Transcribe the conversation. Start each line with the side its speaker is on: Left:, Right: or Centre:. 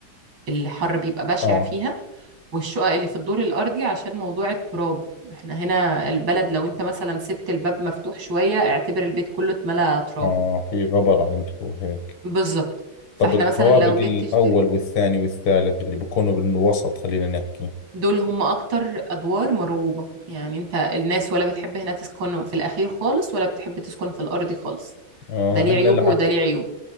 Right: الحر بيبقى بشع
Left: آه
Right: فيها والشقق اللي في الدور الأرضي عشان موضوع التراب احنا هنا البلد لو انت مثلا سبت الباب مفتوح شوية اعتبر البيت كله اتملى تراب
Left: آه في غبرة عندكم هيك
Right: بالظبط فاحنا
Left: طب الطوابق
Right: مثلا لو جيت
Left: الأول
Right: تشتري
Left: والثاني والثالث اللي بيكونوا بالوسط خلينا نحكي
Right: دول هم أكتر أدوار مرغوبة يعني انت الناس ولا بتحب هنا تسكن في الأخير خالص ولا بتحب تسكن في الأرضي خالص
Left: آه
Right: ده ليه
Left: عندنا
Right: عيوبه
Left: العكس
Right: وده ليه عيوبه